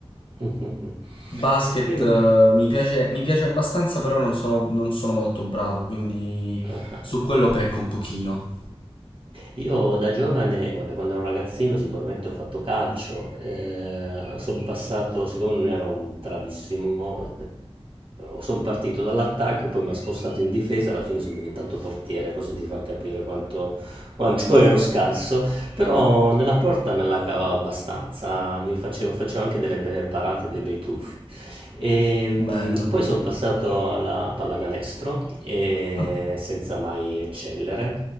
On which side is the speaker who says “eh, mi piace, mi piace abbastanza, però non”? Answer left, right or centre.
Left